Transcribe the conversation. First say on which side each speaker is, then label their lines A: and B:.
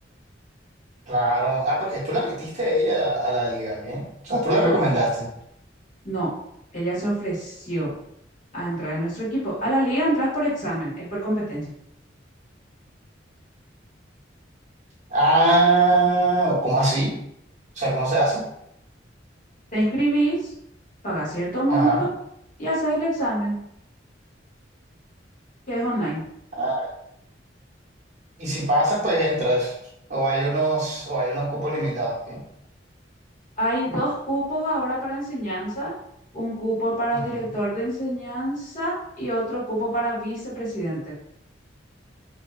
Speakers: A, on the right; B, on the left.
A: Claro. Ah, porque tú la metiste a ella a la, a la liga, ¿qué? O sea, tú la
B: No,
A: recomendaste.
B: no. Ella se ofreció a entrar en nuestro equipo. A la liga entras por examen, es por competencia.
A: Ah, ¿cómo así? O sea, ¿cómo se hace?
B: Te inscribís, pagas cierto monto
A: Ajá.
B: y haces el examen, que es online.
A: Ah, y si pasas, pues entras. O hay unos, o hay unos cupos limitados, ¿qué?
B: Hay dos cupos ahora para enseñanza, un cupo para
A: Ujú.
B: director de enseñanza y otro cupo para vicepresidente.